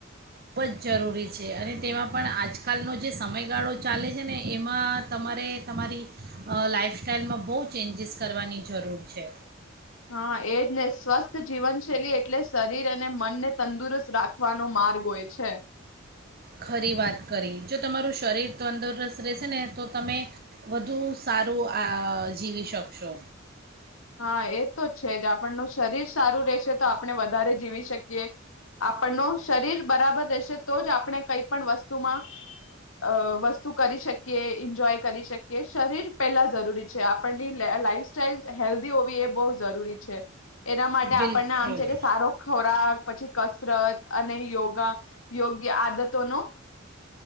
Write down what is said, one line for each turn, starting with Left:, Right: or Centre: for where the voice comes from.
Right: ખૂબ જ જરૂરી છે અને તેમાં પણ આજકાલનો જે સમયગાળો ચાલે છે ને એમાં તમારે તમારી લાઈફસ્ટાઈલમાં બહુ ચેન્જીસ કરવાની જરૂર છે.
Left: હા એજ ને સ્વસ્થ જીવનશૈલી એટલે શરીર અને મનને તંદુરસ્ત રાખ વાનો માર્ગ હોય છે.
Right: ખરી વાત કરી જો તમારું શરીર તંદુરસ્ત રહેશે ને તો તમે વધુ સારું આ જીવી શકશો.
Left: હા એ તો છે જ આપણ નું શરીર સારું રે છે તો આપણે વધારે જીવી શકીએ આપણ નો શરીર બરાબર રહેશે તો જ આપણે કઈ પણ વસ્તુમાં અ વસ્તુ કરી શકીએ એન્જોય કરી શકીએ શરીર પેલા જરૂરી છે આપણ ની લાઈફ સ્ટાઇલ હેલ્ધી હોવી એ બહુ જરૂરી છે. એના માટે આપણને
Right: બિલકુલ
Left: આમ છે કે સારો ખોરાક પછી કસરત અને યોગા યોગ્ય આદતો નો